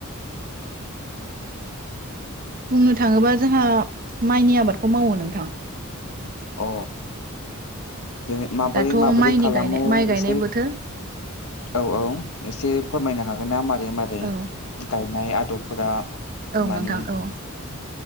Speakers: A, on the right; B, on the left.
A: बुंनो थाङोबा जोंहा माइनि आबादखौ मावो नोंथां ।
B: अ जै माबोरै
A: दाथ'
B: माबोरै
A: माइनि
B: खालामो
A: गायनाय माइ
B: एसे
A: गायनाय बोथोर
B: औ औ एसे फोरमायनो हागोन ना मारै मारै
A: औ
B: गायनाय आदबफोरा?
A: औ
B: मानि
A: नोंथां औ ।